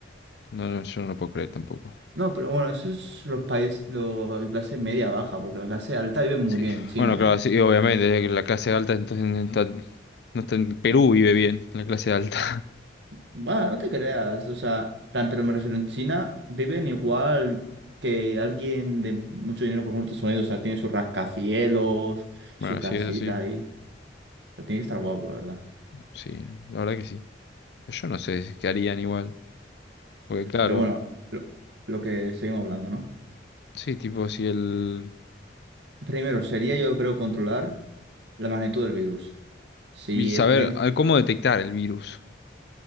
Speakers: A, on the left; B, on the right.
A: No, no, yo no lo puedo creer tampoco.
B: No, pero bueno, eso es los países, los la clase media baja, porque la clase alta vive muy
A: Sí.
B: bien en China,
A: Bueno, claro,
B: ¿eh?
A: sí, obviamente, eh, que la clase alta entonces no está, no está en Perú vive bien, la clase alta. <laughs>
B: Bueno, no te creas, o sea, plan, pero me refiero, en China viven igual que alguien de mucho dinero por ejemplo, Estados Unidos, o sea, tiene sus rascacielos,
A: Bueno,
B: su casita
A: sí, eso sí,
B: ahí. O sea, tiene que estar guapo, la ¿verdad?
A: sí, la verdad que sí. Yo no sé qué harían igual, porque claro,
B: Pero bueno, lo, lo que seguimos hablando, ¿no?
A: sí, tipo si el...
B: Primero, sería yo creo controlar la magnitud del virus. Si
A: Y saber
B: rent...
A: ah, cómo detectar el virus,